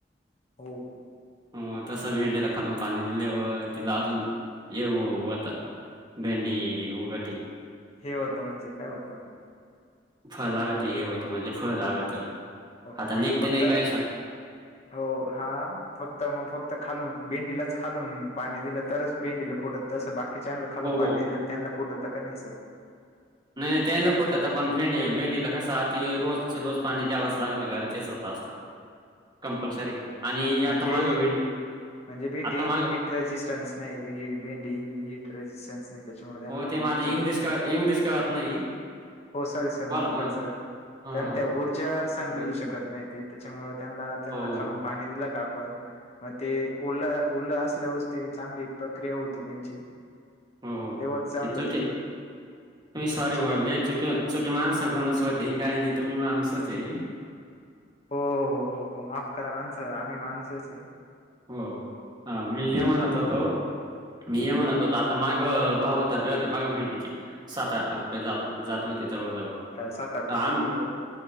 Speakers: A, on the left (about 35°); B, on the right (about 25°).
A: हो हो
B: हो तस भेंडीला खालून पाणी दिल्यावर तिला अजून येऊ उत भेंडी उगती.
A: हे होतं म्हणजे काय होतं.
B: फळ लागत हे होतं म्हणजे फळ लागत.
A: हो हो
B: आता
A: म्हणजे
B: निघते
A: फक्त
B: नाही काय शा-
A: हो हा फक्त मग फक्त खालून भेंडीलाच खालून पाणी दिलं तरच भेंडीला फुडत जसं बाकीच्यांना खालून
B: हो हो
A: पाणी दिल त्यांना फुडत तक नाही सर?
B: नाही त्याला फुटत पण भेंडी भेंडीला कस रोज रोज पाणी द्यावाच लागत घरचे <unintelligible> असतं कंपल्सरी
A: हो हो
B: आणि आता
A: म्हणजे
B: माघ भेंडी
A: म्हणजे बीट
B: आता
A: ही
B: माग
A: हिट रेजिस्टन्स नाही भेंडी ही हिट रेजिस्टन नाही त्याच्यामुळेला
B: हो ते
A: मॉचर
B: मला इंग्लिश कळत इंग्लिश कळत नाही.
A: हो सॉरी सर माफ
B: बोला ना
A: करा सर.
B: हां,
A: कारण
B: हां.
A: त्या ऊर्जा सहन
B: हं.
A: करू शकत नाही ते त्याच्यामुळे त्याला त्याला
B: हो, हो,
A: खालून पाणी दिलं का पण ते ओल ओल असल्यावरच ते चांगली प्रक्रिया होती त्यांची
B: हो हो
A: तेव्हाच चांगलं
B: ती चुकी
A: ते
B: तुम्ही सॉरी
A: चुकीने
B: बोलले चुकी चुकी माणसा वनस्पती काही नाही तुम्ही माणूसच चे
A: हो हो हो हो माफ करा माणसा आम्ही माणूसचय.
B: हो ह मी हे म्हणत होतो मी हे म्हणत होतो माग भाव उद्धारले होते बघा भेंडीचे सात आठ रुपये जात होते. जवळ जवळ
A: काय सात आठ
B: त आम्ही
A: रुपये किलो का